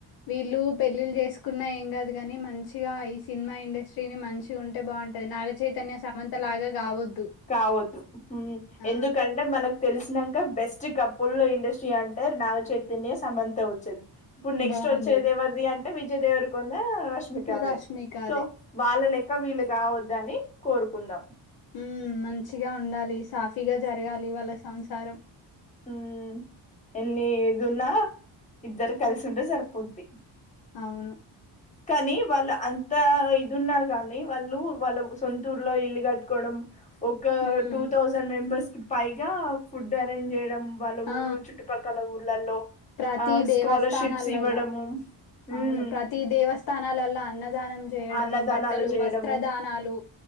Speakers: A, on the left; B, on the left.
A: వీళ్ళు పెళ్ళిళ్ళు చేసుకున్నా ఏం కాదు కాగాని మంచిగా ఈ సినిమా ఇండస్ట్రీని మంచిగా ఉంటే బాగుంటాది నాగ చైతన్య సమంత లాగా గావొద్దు.
B: కావదు
A: ఆ!
B: ఎందుకంటే మనకు తెలిసినాక బెస్ట్. కపుల్ ఇండస్ట్రీ అంటే నాగ చైతన్యం సమంత వచ్చేది. ఇప్పుడు నెక్స్ట్
A: బావుండేది.
B: వచ్చేది ఎవరిది అంటే విజయ దేవరికొండ రష్మిక
A: 'రష్మిక'ది.
B: దే సో వాళ్ళ లెక్క వీళ్ళు కావద్దని కోరుకుందాం
A: హ్మ్ మంచిగా ఉండాలి సాఫీగా జరగాలి వాళ్ళ సంసారం
B: హ్మ్ ఎన్నిది ఉన్నా ఇద్దరు కలిసి ఉంటే సరిపోద్ది.
A: అవును.
B: కానీ వాళ్ళు అంత ఇదిన్నా కాని వాళ్ళు వాళ్ళ సొంతూర్లో ఇల్లు కట్టుకోవడం ఒక
A: హ్మ్.
B: టూ థౌసండ్ మెంబెర్స్ కి పైగా ఫుడ్ అరేంజ్ చేయడం వాళ్ళ
A: ఆ
B: ఊరు చుట్టుపక్కల ఊర్లలో
A: ప్రతి
B: ఆ
A: దేవస్థానాలల్ల
B: స్కాలర్ షిప్స్ ఇవ్వడము
A: అవును
B: ఉమ్
A: ప్రతి దేవస్థానాలల్లో అన్నదానం చేయడం
B: అన్నదానాలు
A: బట్టలు
B: చేయడము
A: వస్త్రదానాలు.